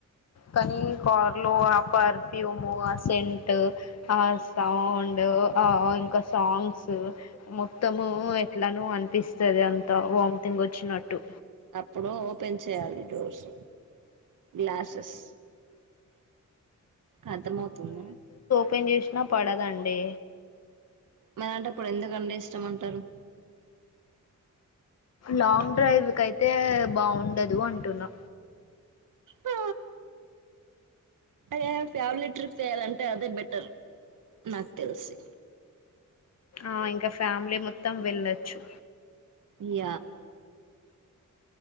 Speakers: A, on the left; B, on the right.
A: కానీ కార్లు ఆ పర్ఫ్యూము ఆ సెంట్ ఆ సౌండ్ ఆ ఇంకా సాంగ్స్ స్ మొత్తము ఎట్లానో అనిపిస్తది అంత వామిటింగ్ వచ్చినట్టు
B: అప్పుడు ఓపెన్ చేయాలి డోర్స్ గ్లాసెస్ అర్థంమవుతుందా
A: పెన్ చేసినా పడదండి
B: మరంటప్పుడు ఎందుకండి ఇష్టమంటారు
A: లాంగ్ డ్రైవ్కు అయితే బాగుండదు అంటున్నా
B: ఆ ఏ ఫ్యామిలీ ట్రిప్ ఎయ్యాలంటే అదే బెటర్ నాకు తెలిసి
A: ఆ ఇంకా ఫ్యామిలీ మొత్తం వెళ్ళొచ్చు
B: ఇగ